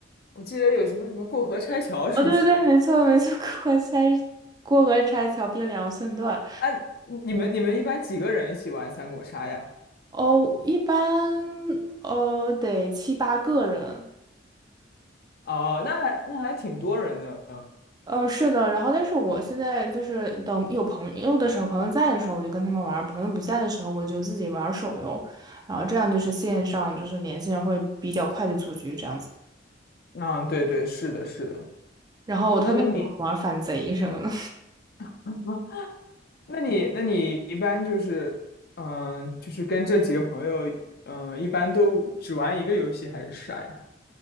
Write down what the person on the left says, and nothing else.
我记得有什么什么过河拆桥，是不是？
啊，你们你们一般几个人一起玩三国杀呀？
哦，那还那还挺多人的。
嗯，对对，是的，是的。
啊，那你 <laughs> 那你那你一般就是，嗯，就是跟这几个朋友，嗯，一般都只玩一个游戏还是啥呀？